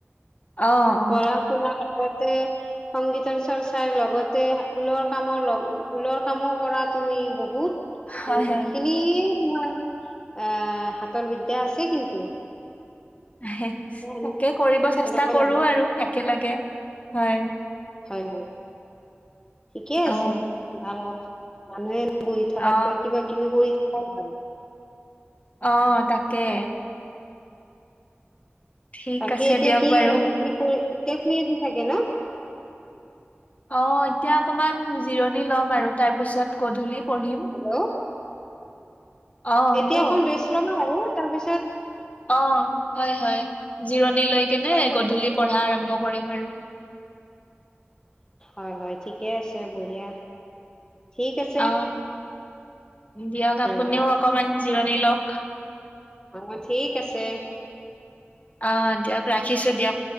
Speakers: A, on the left; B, on the left.
A: অ অ
B: পঢ়া শুনা লগতে সংগীতৰ চৰ্চাৰ লগতে ঊলৰ কামৰ লগ ঊলৰ কামো কৰা। তুমি বহুত
A: হয়
B: উম
A: হয়
B: খিনিয়ে তোমাৰ আহ হাতৰ বিদ্যা আছে কিন্তু।
A: <unintelligible>
B: এ
A: তাকে কৰিব চেষ্টা
B: এনেকৈ
A: কৰো
B: লাগি
A: আৰু একেলগে, হয়।
B: হয় হয় ঠিকে
A: অ
B: আছে, ভাল হওক মানুহে বহি থকাতকৈ
A: অ
B: কিবা কিবি কৰি থাকাই ভাল।
A: অ তাকে। ঠিক
B: বাকী
A: আছে
B: এতিয়া
A: দিয়ক
B: কি
A: বাৰু
B: হয় কি কৰি, এতিয়া শুই আছে চাগে ন?
A: অ এতিয়া অকমান জিৰণি ল'ম আৰু তাৰপিছত গধূলি পঢ়িম।
B: হেল্ল'
A: অ হেল্ল'
B: এতিয়া অকণ ড্ৰেষ্ট ল'বা আৰু তাৰপিছত
A: অ হয় হয় জিৰণি লৈ কেনে
B: তাৰপিছত
A: গধূলি পঢ়া আৰম্ভ। কৰিম আৰু।
B: হয় হয় ঠিকে আছে বঢ়িয়া, ঠিক আছে।
A: অ দিয়ক আপুনিও
B: অ অ
A: অকমান জিৰণি লওক।
B: অ ঠিক আছে
A: আহ দিয়ক ৰাখিছো দিয়ক।